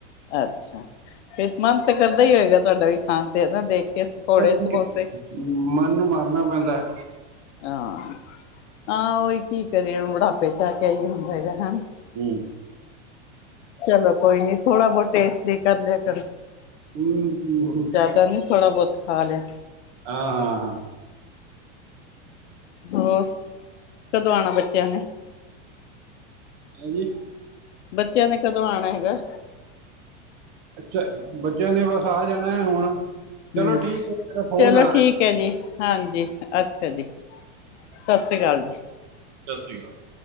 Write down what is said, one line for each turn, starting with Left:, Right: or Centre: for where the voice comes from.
Left: ਅੱਛਾ, ਫੇਰ ਮਨ ਤਾਂ ਕਰਦਾ ਈ ਹੋਏਗਾ ਤੁਹਾਡਾ ਵੀ ਖਾਣ ਜਗਹ ਦੇਖ ਕੇ ਪਕੌੜੇ,
Right: ਬਸ ਠੀਕ
Left: ਸਮੋਸੇ
Right: ਹੈ, ਮਨ ਨੂੰ ਮਾਰਨਾ ਪੈਂਦਾ ਐ।
Left: ਹਾਂ, ਆਹ ਉਹੀ ਕੀ ਕਰੀਏ, ਬੁਢਾਪੇ ਚ ਆ ਕੇ, ਆਈ ਹੁੰਦਾ ਹੈਗਾ ਨਾ।
Right: ਹਂ।
Left: ਚਲੋ ਕੋਈ ਨੀ, ਥੋੜਾ-ਬਹੁਤ ਟੇਸਟ ਲਈ ਕਰ ਲਿਆ ਕਰੋ।
Right: ਹੂੰ, ਹੂੰ।
Left: ਜਿਆਦਾ ਨੀ ਥੋੜਾ-ਬਹੁਤ ਖਾ ਲਿਆ।
Right: ਹਾਂ ਹਾਂ ਹਾਂ
Left: ਹੋਰ, ਕਦੋਂ ਆਣਾ ਬੱਚਿਆਂ ਨੇ?
Right: ਹਾਂਜੀ।
Left: ਬੱਚਿਆਂ ਨੇ ਕਦੋਂ ਆਉਣਾ ਹੈਗਾ?
Right: ਅੱਛਾ, ਬੱਚਿਆਂ ਨੇ ਬਸ ਆ ਜਾਣਾ ਹੈ ਹੁਣ,
Left: ਹਮ
Right: ਚਲੋ ਠੀਕ ਹੈ ਮੇਰਾ ਫੋਨ
Left: ਚਲੋ
Right: ਆ ਰਿਹਾ
Left: ਠੀਕ ਹੈ ਜੀ, ਹਾਂਜੀ, ਅੱਛਾ ਜੀ, ਸਤਿ ਸ੍ਰੀ ਅਕਾਲ ਜੀ
Right: ਸਤਿ ਸ਼੍ਰੀ ਅਕਾਲ